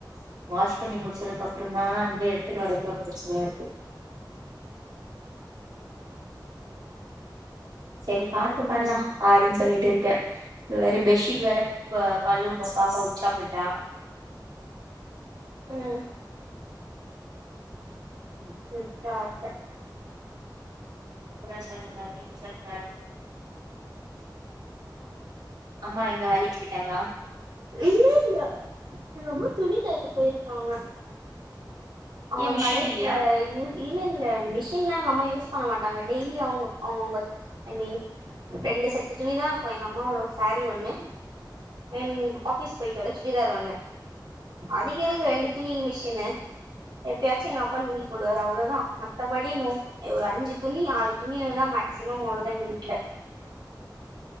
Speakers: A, on the right; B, on the right.
A: வாஷ் பண்ணி முடிச்சதுக்கு அப்ற தா வந்து எடுத்துட்டு வர்றதுதா பிரச்சனயா இருக்கு சேரி பாத்து
B: ம்
A: பண்லாம் அப்டின்னு சொல்லிட்டு இருக்க வேற பெஷி ட்டு வேர கழுவனும் பாப்பா உச்சா போயிட்டா
B: ம்
A: ம்
B: மிஸ் சாப்டன்
A: அப்றோ சொல்லுங்க நீங்க சொல்லுங்க அம்மா எங்க வேலைக்கு போயிட்டாங்களா
B: இல்ல இல்ல எங்கம்மா துணி தோய்க்க போயிருக்காங்க அவங்க
A: ஏ மிஷின்
B: கடைக்குல
A: இல்லையா
B: இருக் இல்ல இல்ல மிஷின்லா எங்க அம்மா யூஸ் பண்ண மாட்டாங்க டெய்லி அவங்க அவங்கவுங்க ஐ மீன் ரெண்டு செட்டு துணிதா இருக்கும் எங்க அம்மாவோட ஒரு சாரி ஒண்ணு அன்ட் ஆபீஸ் போயிட்டு வர சுடிதார் ஒண்ணு அதுக் எதுக்கு ரெண்டு துணி மிஷினு எப்பயாச்சு எங்க அப்பா லுங்கி போடுவாரு அவ்ளதா மத்தபடி நோ ஒரு அஞ்சு துணி ஆறு துணி இதுதா மேக்சிமம் அவ்ளதா எங்க வீட்ல